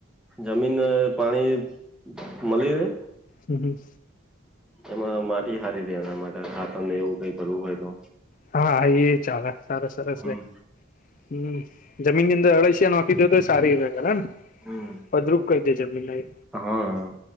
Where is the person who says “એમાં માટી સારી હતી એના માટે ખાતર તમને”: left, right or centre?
Centre